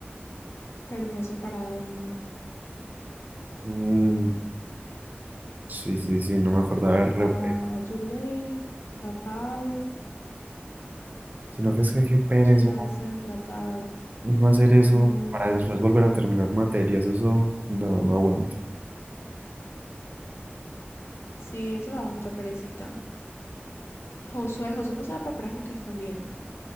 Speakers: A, on the left (about 80°); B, on the right (about 45°).
A: pero no sé para dónde.
B: Mm, sí, sí, sí, no me acordaba del repre.
A: Va Yulei, va Pau.
B: Sino que es que qué pereza
A: ¿Quién más está en el tratado?
B: No hacer eso
A: Mm,
B: para después volver a terminar materias, eso no, no aguanto.
A: sí, eso daba mucha perecita. Josué, Josué no se da para prácticas también.